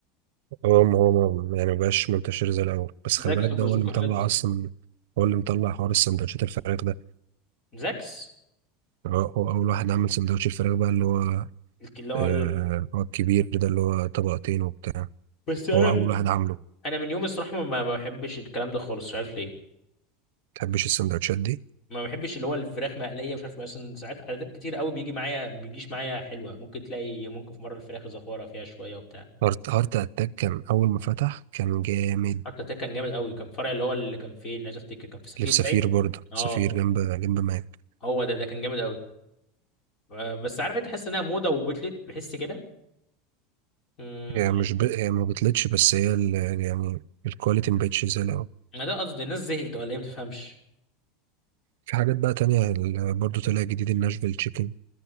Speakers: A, on the right; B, on the left.
A: هو هو ما- يعني مبقاش منتشر زي الأول بس خلي
B: زاكس
A: بالك
B: وبازوكا
A: ده هو اللي مطلع
B: والحاجات دي
A: أصلا هو اللي مطلع حوار السندوتشات الفراخ ده
B: زاكس
A: هو هو أول واحد عمل سندوتش الفراخ بقى اللي هو
B: الك- اللي هو
A: آه
B: ال...
A: هو الكبير ده اللي هو طبقتين وبتاع
B: بس انا
A: هو
B: من...
A: أول واحد عامله
B: انا من يوم الصراحه ما ما بحبش الكلام ده خالص مش عارف ليه
A: متحبش السندوتشات دي
B: ما بحبش اللي هو الفراخ مقليه مش عارف مثلا ساعات عادات كتير قوي بيجي معايا ما بيجيش معايا حلوه ممكن تلاقي ممكن في مره الفراخ زفاره فيها شويه وبتاع
A: هارت هارت أتاك كان أول ما فتح كان جامد
B: حتى ده كان جامد قوي كان فرع اللي هو اللي كان فين عايز افتكر كان في سفير
A: اللي في سفير
B: باين
A: برضه
B: اه
A: سفير جنب جنب ماك
B: هو ده ده كان جامد قوي آه، بس عارف انت تحس انها موضه وبتلت بحس كده امم
A: هي مش ب... هي ما بتلتش بس هي ال... يعني الكواليتي مبقتش زي الأول
B: ما ده قصدي الناس زهقت ولا ايه ما تفهمش
A: في حاجات بقى تانية ال- برضه طلع جديد الناشفيل تشيكن